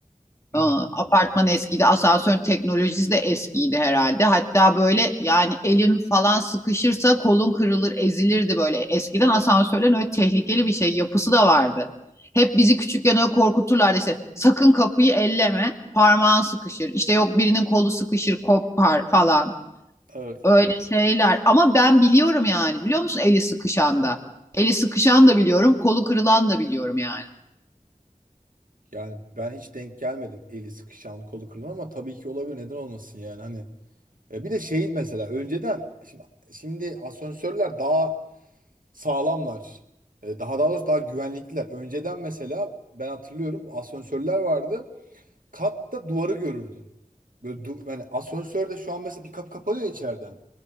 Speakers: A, on the right; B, on the left.
A: Hı
B: Ee,
A: hı.
B: apartman eskiydi. Asansör teknolojisi de eskiydi herhalde. Hatta böyle yani elin falan sıkışırsa kolun kırılır, ezilirdi böyle. Eskiden asansörlerin öyle tehlikeli bir şey yapısı da vardı. Hep bizi küçükken öyle korkuturlardı işte sakın kapıyı elleme, parmağın sıkışır. İşte yok birinin kolu sıkışır, kopar falan.
A: Evet.
B: Öyle şeyler. Ama ben biliyorum yani. Biliyor musun eli sıkışan da? Eli sıkışan da biliyorum, kolu kırılan da biliyorum yani.
A: Yani ben hiç denk gelmedim. Eli sıkışan, kolu kırılan ama tabii ki olabilir. Neden olmasın yani hani. E, bir de şey mesela önceden şimdi şimdi asansörler daha Sağlamlar. E, Daha daha doğrusu daha güvenlikliler. Önceden mesela ben hatırlıyorum asansörler vardı. Katta duvarı görürdün. Böyle du- yani asansörde şu an mesela bir kapı kapanıyor içeriden.